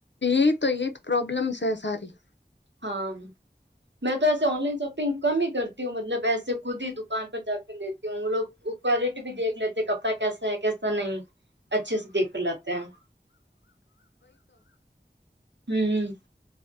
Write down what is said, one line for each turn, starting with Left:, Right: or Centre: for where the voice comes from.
Left: એ તો એ તો પ્રોબ્લેમ્સ છેૈ સારી
Right: હા મેં તો એસે ઓનલાઈન શોપિંગ કમ હ કરતી હું મતલબ એસે ખુદી દુકાન પર જા કર લતી હું ક્વલિટી ભ દેખ લે કપડા કેસાૈ કેસા એા નહીં અચ્છે દેખ લતે હૈ. હમ.